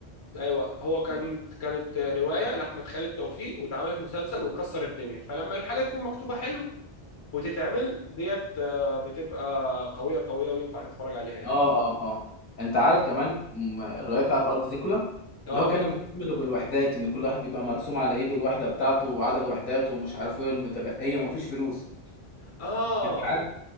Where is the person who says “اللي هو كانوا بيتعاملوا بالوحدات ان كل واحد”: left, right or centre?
Left